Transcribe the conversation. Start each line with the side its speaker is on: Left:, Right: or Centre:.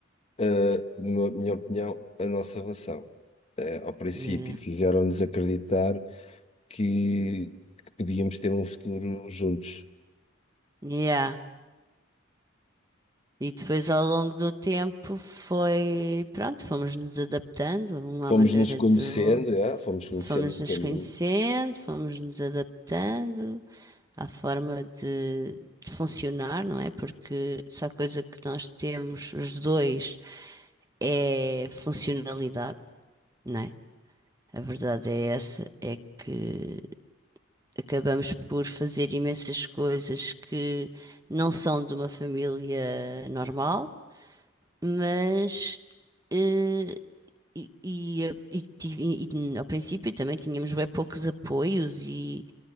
Left: eh, na minha opinião, a nossa relação. Eh, ao princípio,
Right: Yeah,
Left: fizeram-nos acreditar que, que podíamos ter um futuro juntos.
Right: yeah. E depois ao longo do tempo foi, pronto, fomos nos adaptando, uma
Left: Fomos
Right: maneira
Left: nos conhecendo,
Right: de
Left: já, fomos conhecendo
Right: fomos
Left: no
Right: nos
Left: caminho.
Right: conhecendo, fomos nos adaptando à forma de, de funcionar, não é? Porque só a coisa que nós temos os dois é funcionalidade, não é? A verdade é essa, é que acabamos por fazer imensas coisas que não são de uma família normal, mas eh, e, e, e tive- e ao princípio também tínhamos bem poucos apoios e,